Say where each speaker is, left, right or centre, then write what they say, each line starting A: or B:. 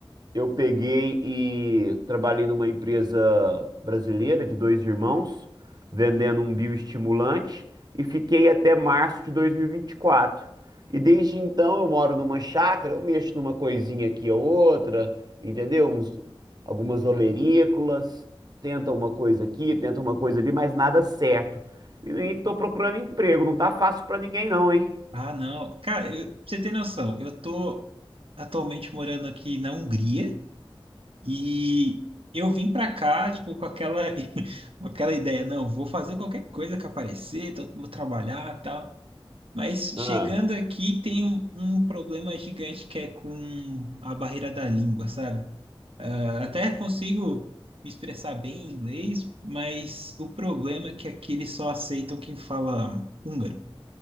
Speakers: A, on the right; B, on the right.
A: eu peguei e trabalhei numa empresa brasileira de dois irmãos, vendendo um bioestimulante, e fiquei até março de 2024. E vinte e quatro. E desde então eu moro numa chácara, eu mexo numa coisinha aqui ou outra, entendeu? Uns- algumas olerícolas, tenta uma coisa aqui, tenta uma coisa ali, mas nada certo. E, e tô procurando emprego, não tá fácil pra ninguém não, hein?
B: Ah, não. Cara, eu- pra você ter noção, eu tô atualmente morando aqui na Hungria e eu vim pra cá, tipo, com aquela, <laughs> com aquela ideia, não, vou fazer qualquer coisa que aparecer, então vou trabalhar e tal. Mas
A: Ah.
B: chegando aqui tem um, um problema gigante que é com a barreira da língua, sabe? Ah, até consigo me expressar bem em inglês, mas o problema é que aqui eles só aceitam quem fala húngaro.